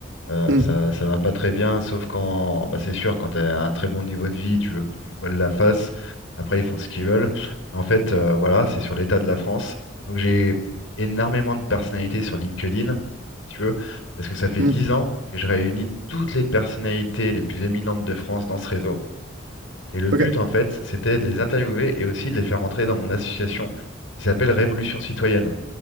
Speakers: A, on the left (about 85°); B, on the right (about 70°).
A: Euh,
B: Mhm,
A: ça, ça va pas très bien, sauf quand, bah, c'est sûr, quand tu as un très bon niveau de vie, tu, veux- tu te voiles la face. Après, ils font ce qu'ils veulent. En fait, euh, voilà, c'est sur l'état de la France. Donc, j'ai énormément de personnalités sur LinkedIn, si tu veux, parce que ça fait
B: mhm.
A: 10 ans que je réunis toutes les personnalités les plus éminentes de France dans ce réseau. Et le
B: OK,
A: but, en fait, c'était de les interviewer et aussi de les faire rentrer dans mon association qui s'appelle Révolution Citoyenne.